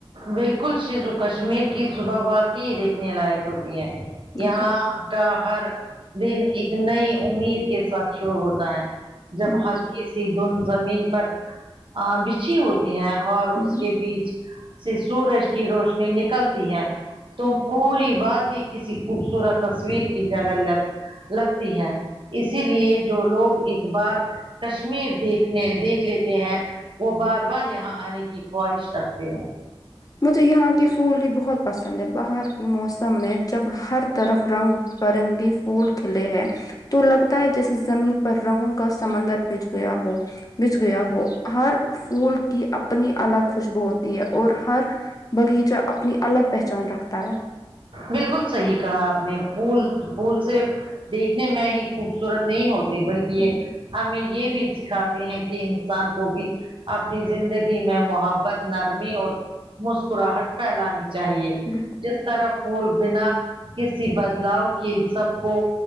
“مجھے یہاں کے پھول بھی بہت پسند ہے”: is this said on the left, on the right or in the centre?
Left